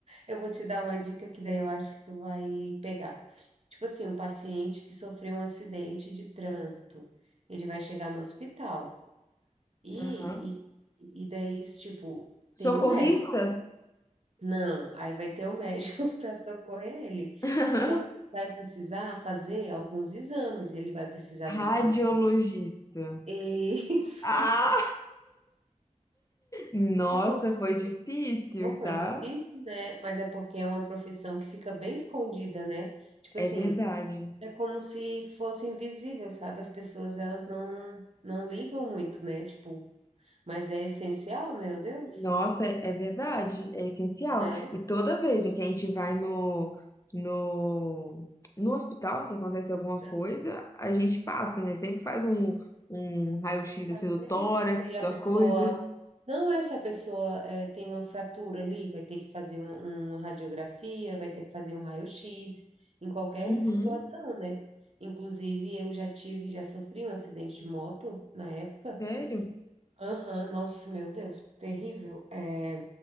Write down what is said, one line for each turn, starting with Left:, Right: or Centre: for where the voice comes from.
Right: Eu vou te dar uma dica que daí eu acho que tu vai pegar. Tipo assim, um paciente que sofreu um acidente de trânsito, ele vai chegar no hospital e,
Left: Aham.
Right: e, e daí, tipo, tem
Left: Socorrista?
Right: um médico. Não, aí vai ter um médico <laughs> para socorrer ele.
Left: <laughs>
Right: Só que vai precisar fazer alguns exames, ele vai precisar desse
Left: Radiologista.
Right: profissional. <laughs> Isso.
Left: Ah! Nossa,
Right: É porque
Left: foi difícil,
Right: não foi
Left: tá?
Right: difícil, né? Mas é porque é uma profissão que fica bem escondida, né? Tipo
Left: É
Right: assim,
Left: verdade.
Right: É como se fosse invisível, sabe? As pessoas, elas não, não ligam muito, né? Tipo, mas é essencial, meu Deus,
Left: Nossa, é é verdade, é essencial.
Right: né?
Left: E toda vez né, que a gente vai no, no, no hospital, né, que acontece alguma
Right: Ela
Left: coisa, a gente passa, né? Sempre faz um, um raio-x
Right: Tem que fazer.
Left: assim do tórax,
Right: Se aí a
Left: da
Right: pessoa...
Left: coisa.
Right: Não é se a pessoa é, tem uma fratura ali, vai ter que fazer um- uma radiografia, vai ter que fazer um raio-x, em qualquer
Left: Uhum,
Right: situação, né? Inclusive, eu já tive, já sofri um acidente de moto na época,
Left: sério?
Right: Aham, nossa, meu Deus, terrível. É,